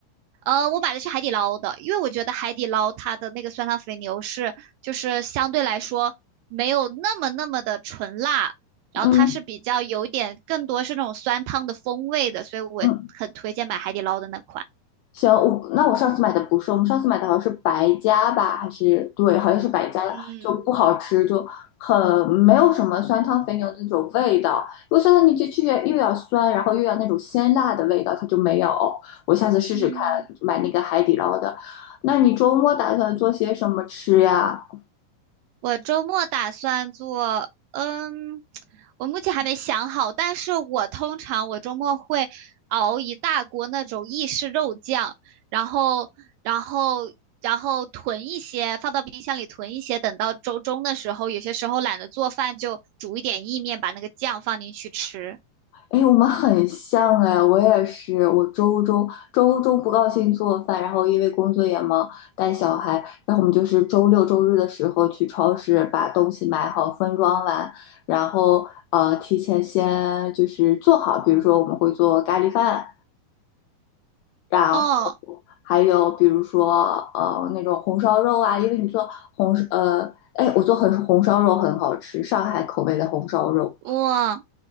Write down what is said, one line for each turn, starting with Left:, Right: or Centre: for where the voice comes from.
Right: 呃，我买的是海底捞的，因为我觉得海底捞它的那个酸汤肥牛是，就是相对来说没有那么那么的纯辣，然后它是比较有一点更多是那种酸汤的风味的，
Left: 嗯
Right: 所以我很推荐买海底捞的那款。
Left: 嗯行，我那我上次买的不是，我们上次买的好像是白加吧，还是对，好像是白加的，
Right: 嗯。
Left: 就不好吃，就很没有什么酸汤肥牛的那种味道。因为酸汤牛就去又要酸，然后又要那种鲜辣的味道，它就没有。我下次试试看买那个海底捞的。
Right: 嗯。
Left: 那你周末打算做些什么吃呀？
Right: 我周末打算做，嗯，我目前还没想好，但是我通常我周末会熬一大锅那种意式肉酱，然后，然后，然后囤一些，放到冰箱里囤一些，等到周中的时候，有些时候懒得做饭，就煮一点意面，把那个酱放进去吃。
Left: 哎，我们很像哎，我也是，我周中周中不高兴做饭，然后因为工作也忙，带小孩，然后我们就是周六周日的时候去超市把东西买好，分装完，然后呃提前先就是做好，比如说我们会做咖喱饭，然后
Right: 哦，
Left: 还有比如说呃那种红烧肉啊，因为你做红呃哎我做红红烧肉很好吃，上海口味的红烧肉。
Right: 哇。